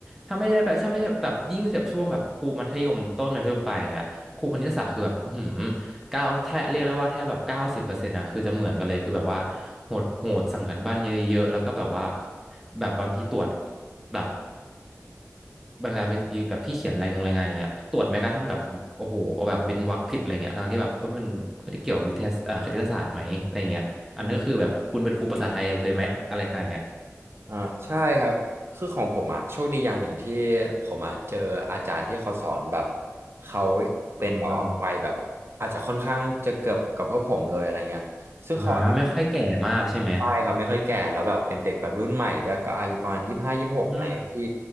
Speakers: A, in the centre; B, on the right.
A: ถ้าไม่ได้แบบถ้าไม่ใช่แบบยิ่งแบบช่วงแบบครูมัธยมต้นมัธยมปลายอย่างเงี้ย ครูคณิตศาสตร์คือแบบอือหือเก้าแทบเรียกได้ว่าแทบแบบเก้าสิบเปอร์เซ็นต์อะคือจะเหมือนกันเลยคือแบบว่าโหดโหดสั่งกันบ้านเยอะๆแล้วก็แบบว่าแบบบางทีตรวจแบบบางเวลาทีแบบพี่เขียนรายงงรายงานอย่างเงี้ยตรวจแม้กระทั่งแบบโอ้โหเอาแบบเว้นวรรคผิดอะไรเงี้ยทั้งที่แบบเอ้ยมันไม่ได้เกี่ยววิทยาเอ่อคณิตศาสตร์ไหมอะไรเงี้ยอันนั้นก็คือแบบคุณเป็นครูภาษาไทยเลยไหมอะไรขนาดเนี้ย
B: อืมอ่าใช่ครับคือของผมอ่ะโชคดีอย่างหนึ่งที่ผมอ่ะเจออาจารย์ที่เขาสอนแบบเขาเป็นแบบว่าวัยแบบอาจจะค่อนข้างจะเกือบกับพวกผมเลยอะไรเงี้ยซึ่งเขา
A: อ่าอ่าไม่ค่อยแก่มากใช่ไหม
B: ใช่ครับไม่ค่อยแก่แล้วแบบเป็นเด็กแบบรุ่นใหม่ด้วยก็อายุประมาณยี่สิบห้ายี่สิบหกอะไรอย่างเงี้ยพี่
A: อืม